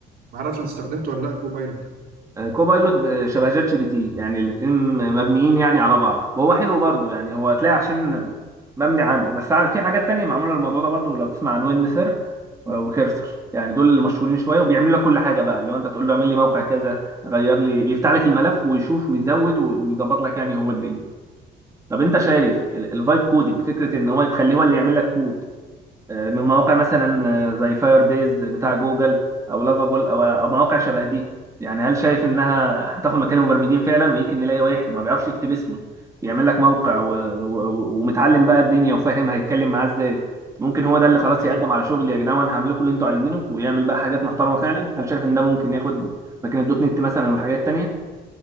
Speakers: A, on the right; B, on the right.
A: معرفش أنت استخدمته ولا لأ كوبايلوت ده
B: آه، كوبايلوت ب- شبه جات جي بي تي يعني الاتنين مبنيين يعني على بعض وهو حلو برضو يعني هو هتلاقي عشان مبني عندك بس ع- في حاجات تانية معمولة للموضوع ده برضو لو تسمع عن ويند سيرف وكيرسر يعني دول اللي مشهورين شوية وبيعملوا لك كل حاجة بقى اللي هو انت تقول له اعمل لي موقع كذا غير لي بيفتح لك الملف ويشوف ويزود و- ويظبط لك يعني هو الدنيا طب انت شايف الفايب كودينج فكرة ان هو تخليه هو اللي يعمل لك كود آه، من مواقع مثلا آه، زي فاير بيز بتاع جوجل او لافابول او او مواقع شبه دي يعني هل شايف انها هتاخد مكان المبرمجين فعلا ويمكن نلاقي واحد ما بيعرفش يكتب اسمه يعمل لك موقع و... و... ومتعلم بقى الدنيا وفاهم هيتكلم معاه ازاي ممكن هو ده اللي خلاص
A: مستحيل
B: يقدم على شغل يا جدعان وانا هعمل لكم اللي انتوا عايزينه ويعمل بقى حاجات محترمه
A: لا
B: فعلا هل شايف ان ده ممكن ياخد مكان الدوت نت مثلا والحاجات التانيه